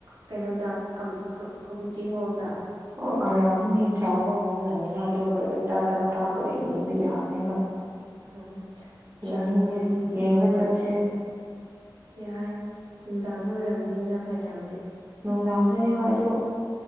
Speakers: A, on the right (about 70°); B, on the right (about 30°).
A: ꯀꯩꯅꯣꯗ ꯀꯃꯨꯅꯤꯇꯤ ꯍꯣꯜꯗ
B: ꯍꯣꯏ ꯑꯣꯏꯔꯝꯅꯤ ꯆꯥꯎꯕ ꯍꯣꯡꯂꯛꯑꯅꯤꯅ ꯑꯗꯣ ꯄ꯭ꯔꯣꯖꯦꯛꯇꯔꯗ ꯀꯥꯞꯂꯒ ꯌꯣꯟꯕ ꯌꯥꯕꯅꯦꯕ
A: ꯑꯣ ꯆꯥꯔꯖ
B: ꯌꯦꯡꯅꯤꯡꯉꯦ
A: ꯃꯅꯨꯡꯅꯝꯗꯤ ꯌꯦꯡꯕ ꯐꯠꯇꯦꯅ
B: ꯆꯠꯁꯦ
A: ꯌꯥꯏ ꯅꯨꯡꯗꯥꯡꯗ ꯑꯣꯏꯔꯝꯅꯤꯅ ꯐꯥꯏꯅꯦꯜꯗꯤ
B: ꯅꯨꯡꯗꯥꯡꯗꯅꯦ ꯍꯣꯏ ꯑꯣ